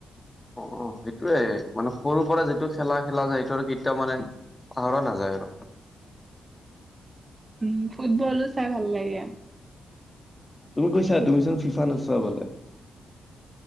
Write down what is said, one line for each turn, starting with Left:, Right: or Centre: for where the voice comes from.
Left: অ, সেইটোয়ে মানে সৰুৰ পৰা যিটো খেলা, খেলা যায় সেইটো আৰু কেতিয়া মানে পাহৰা নাযায় আৰু।
Right: উম, ফুটবলো চাই ভাল লাগে।
Left: তুমি কৈছা, তুমি চোন ফি, ফায়াৰ নোচোৱা বোলে।